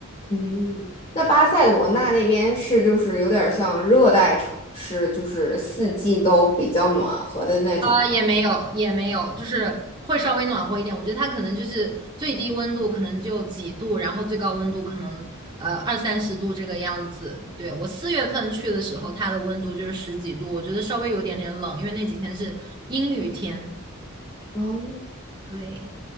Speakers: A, on the left (about 30°); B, on the right (about 20°).
A: 嗯，那巴塞罗那那边是就是有点像热带城市，就是四季都比较暖和的那种吗？
B: 啊、也没有，也没有，就是会稍微暖和一点。我觉得它可能就是最低温度可能就几度，然后最高温度可能呃二三十度这个样子。对，我四月份去的时候，它的温度就是十几度，我觉得稍微有点点冷，因为那几天是阴雨天。
A: 哦，
B: 对。